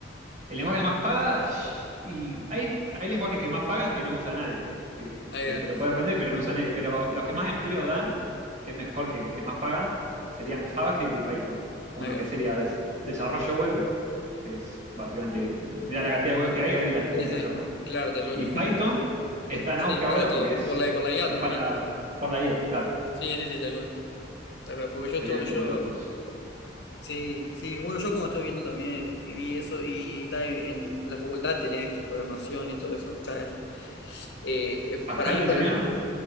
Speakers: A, on the right; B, on the left.
A: el lenguaje que más paga, shh, y hay, hay lenguajes que más pagan que no usa nadie. Sí,
B: Ahí
A: que
B: va,
A: te lo puede aprender, pero no usa nadie. Pero los que más empleo dan, que es mejor que, que más pagan, serían JavaScript y Python. Uno
B: ahí
A: que
B: va.
A: sería des- desarrollo web, que es básicamente, mira la cantidad de webs que hay, alguien las
B: Sí,
A: tiene
B: sí,
A: que hacer, ¿no?
B: claro, tal cual.
A: Y Python
B: <laughs>
A: está en
B: Sí,
A: auge
B: para
A: ahora
B: todo.
A: porque es,
B: Por la y por la IA
A: es
B: también.
A: para, por la IA, claro.
B: Sí, sí, sí, tal cual. Tal cual, porque yo estuve,
A: Serían
B: yo...
A: como los dos.
B: Sí, sí, bueno, yo como estuve viendo también eh, vi eso y da, en, en la facultad tenés, viste, programación y todo eso. O sea, eh, eh,
A: ¿Pascal
B: para mí,
A: te
B: para...
A: enseñaron?